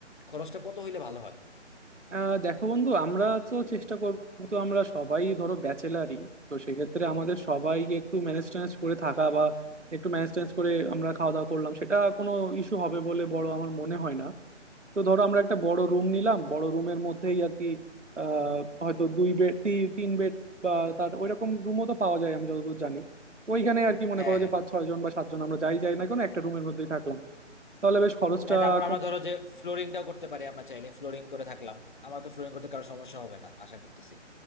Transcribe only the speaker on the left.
খরচটা কত হইলে ভালো হয়
হ্যাঁ
হ্যাঁ
হ্যাঁ তারপর
আমরা ধরো যে ফ্লোরিংটাও করতে পারি আমরা চাইলে ফ্লোরিং করে থাকলাম আমার তো ফ্লোরিং করতে কারো সমস্যা হবে না আশা করতেছি